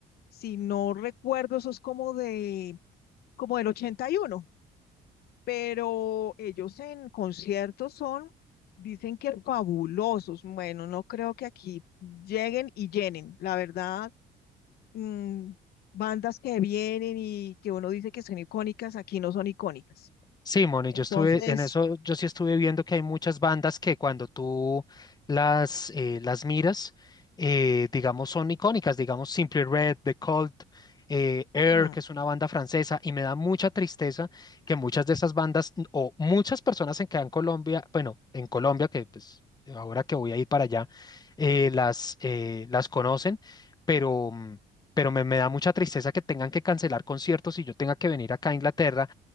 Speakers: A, on the left; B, on the left.
A: Si no recuerdo, eso es como de, como del 81. pero ellos en conciertos son, dicen que fabulosos. Bueno, no creo que aquí lleguen y llenen, la verdad. mm, bandas que vienen y que uno dice que son icónicas, aquí no son icónicas.
B: Sí, Moni,
A: Entonces,
B: yo estuve en eso, yo sí estuve viendo que hay muchas bandas que cuando tú las, eh, las miras, eh, digamos, son icónicas, digamos, Simply Red, The Cult, eh, Air,
A: mm,
B: que es una banda francesa, y me da mucha tristeza que muchas de esas bandas, n- o muchas personas en que en Colombia, bueno, en Colombia, que pues ahora que voy a ir para allá, eh, las, eh, las conocen, pero... mm, Pero me, me da mucha tristeza que tengan que cancelar conciertos y yo tenga que venir acá a Inglaterra